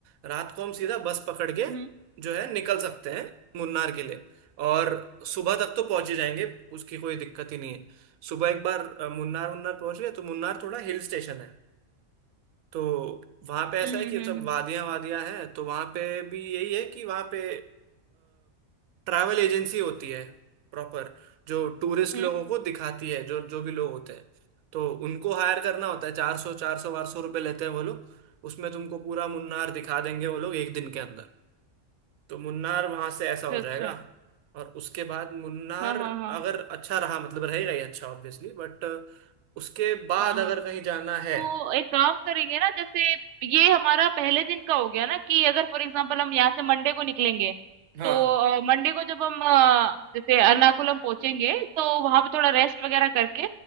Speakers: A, on the right; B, on the right.
A: रात को हम सीधा बस पकड़ के
B: हम्म
A: जो है निकल सकते हैं मुन्नार के लिए और सुबह तक तो पहुंच ही जाएंगे उसकी कोई दिक्कत ही नहीं है सुबह एक बार अ, मुन्नार मुन्नार पहुंच गए तो मुन्नार थोड़ा हिल स्टेशन है तो वहां पे
B: हम्म
A: ऐसा है
B: हम्म
A: कि
B: हम्म
A: सब
B: हम्म,
A: वादियां वादियां हैं तो वहां पे भी यही है कि वहां पे ट्रैवल एजेंसी होती है प्रॉपर जो टूरिस्ट
B: हम्म,
A: लोगों को दिखाती है जो जो भी लोग होते हैं तो उनको हायर करना होता है चार सौ चार सौ बारह सौ रुपये लेते हैं वो लोग उसमें तुमको पूरा मुन्नार दिखा देंगे वो लोग एक दिन के अंदर तो मुन्नार वहां से ऐसा
B: अच्छा
A: हो
B: अच्छा
A: जाएगा और उसके बाद मुन्नार
B: हाँ हाँ हाँ
A: अगर अच्छा रहा मतलब रहेगा ही अच्छा ऑब्वियसली बट उसके बाद
B: हाँ
A: अगर कहीं जाना है
B: तो एक काम करेंगे ना जैसे ये हमारा पहले दिन का हो गया ना कि अगर फॉर एग्जांपल हम यहाँ से मंडे को निकलेंगे
A: हाँ
B: तो मंडे को जब हम अ, जैसे एर्नाकुलम पहुंचेंगे तो वहां पे थोड़ा रेस्ट वगैरह करके